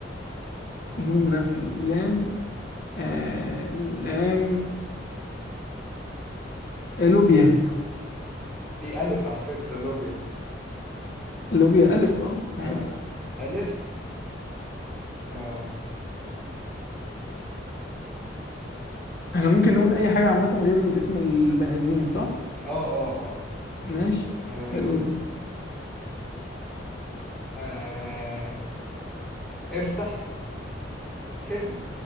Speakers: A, on the left; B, in the centre.
A: نون نسل لام آه لام لوبيا
B: دي ألف على فكرة لوبيا
A: لوبيا ألف اه عادي
B: اه ألف اه
A: احنا ممكن نقول أي حاجة عامة غير الاسم البني آدمين صح؟
B: اه اه اه
A: ماشي
B: آه،
A: حلو ده.
B: آه، افتح كلمة